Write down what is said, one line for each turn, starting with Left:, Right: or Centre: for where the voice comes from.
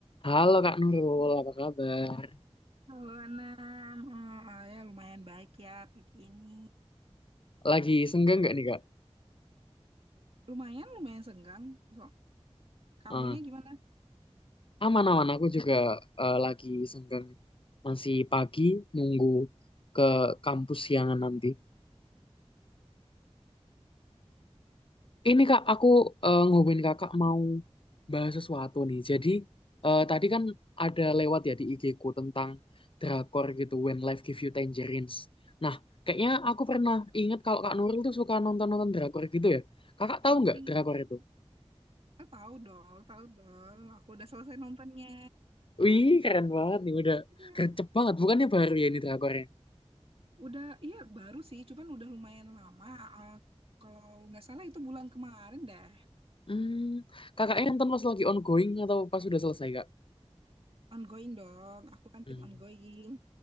Left: Halo Kak Nurul, apa kabar?
Right: Halo Anam, Ah, ya lumayan baik ya pagi ini.
Left: Lagi senggang nggak nih Kak?
Right: Lumayan, lumayan senggang. So, kamunya
Left: Eh,
Right: gimana?
Left: aman-aman, aku juga eh, lagi senggang. nih. Masih pagi, nunggu ke kampus siangan nanti. Ini Kak, aku eh, ngomongin Kakak mau bahas sesuatu nih. Jadi eh, tadi kan ada lewat ya di IG-ku tentang drakor gitu, When Life Give You Tangerines. Nah, kayaknya aku pernah ingat kalau Kak Nurul tuh suka nonton-nonton drakor gitu ya. Kakak tahu nggak
Right: Iya.
Left: drakor itu?
Right: Ah, tahu dong, tahu dong. Aku udah selesai nontonnya.
Left: Wih, keren banget nih, udah
Right: Iya.
Left: gercep banget. Bukannya baru ya ini drakornya?
Right: Udah, iya baru sih, cuman udah lumayan lama. Ah, kalau nggak salah itu bulan kemarin deh.
Left: Hmm, kakaknya nonton pas lagi ongoing atau pas sudah selesai, Kak?
Right: Ongoing dong, aku kan
Left: Hmm,
Right: tim ongoing.